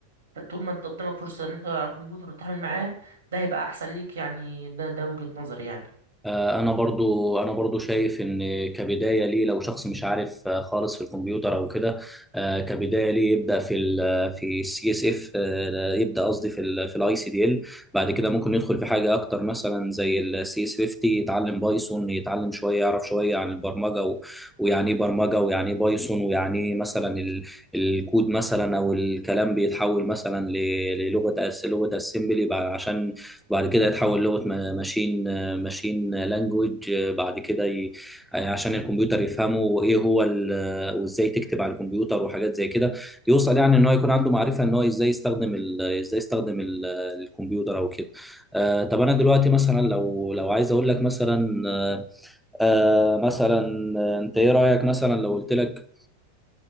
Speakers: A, on the right (about 60°); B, in the centre.
A: طول ما انت قدامك فرصه ان انت على الكمبيوتر وتتعامل معاه ده هيبقى احسن ليك يعني ده ده وجهة نظري يعني
B: آه، انا برضو انا برضو شايف ان كبدايه ليه لو شخص مش عارف آه، خالص في الكمبيوتر او كده آه، كبدايه ليه يبدا في ال في السي اس اف يبدا قصدي في ال في الاي سي دي ال بعد كده ممكن يدخل في حاجه اكتر مثلا زي السي اس 50 يتعلم بايثون يتعلم شويه يعرف شويه عن البرمجه و- ويعني ايه برمجه ويعني ايه بايثون ويعني ايه مثلا ال- الكود مثلا او الكلام بيتحول مثلا ل- للغه أس- لغه اسمبلي عشان بعد كده يتحول لغه ماشين ماشين لانجوج بعد كده ي... آه، عشان الكمبيوتر يفهمه وايه هو ال... آه، وازاي تكتب على الكمبيوتر وحاجات زي كده يوصل يعني ان هو يكون عنده معرفه ان هو ازاي يستخدم ال... ازاي يستخدم ال... آه، الكمبيوتر او كده آه طب انا دلوقتي مثلا لو لو عايز اقول لك مثلا آه آه، مثلا آه، انت ايه رايك مثلا لو قلت لك